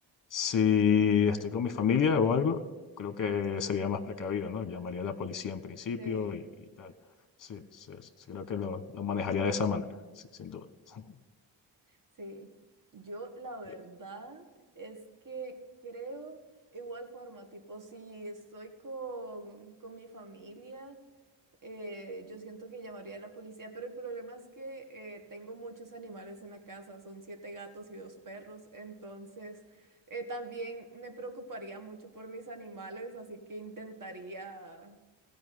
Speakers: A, on the left; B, on the right.
A: Si estoy con mi familia o algo, creo que sería más precavido, ¿no? Llamaría a la policía en principio
B: Sí.
A: y, y tal. Sí, sí, sí, sí, creo que lo, lo manejaría de esa manera, sí, sin duda. <laughs>
B: Sí, yo la verdad
A: Ya.
B: es que creo igual forma, tipo si estoy con, con mi familia, eh, yo siento que llamaría a la policía, pero el problema es que eh, tengo muchos animales en la casa, son siete gatos y dos perros, entonces eh, también me preocuparía mucho por mis animales, así que intentaría